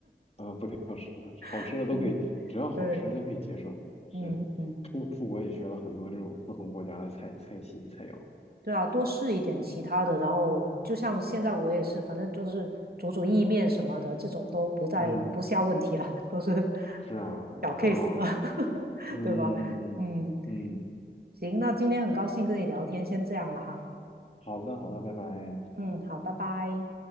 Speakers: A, on the left; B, on the right.
A: 嗯，啊，不太好吃，不太好吃，好吃的都可以，
B: <laughs> 嗯，
A: 只要好吃的都可以接受。
B: 对，
A: 是，
B: 嗯嗯。
A: 出出国也学了很多这种不同国家的菜菜系菜肴。
B: 对啊，多试一点其他的，然后就像现在我也是，反正就是煮煮意面什么的，这种都不再不下问题了，
A: 嗯，
B: 都是
A: 是啊，
B: 小
A: 很好啊。
B: case 了，<laughs>
A: 嗯嗯嗯嗯嗯，
B: 对吧？嗯，
A: 嗯
B: 行，那今天很高兴跟你聊天，先这样了哈。
A: 好的好的，拜拜。
B: 嗯，好，拜拜。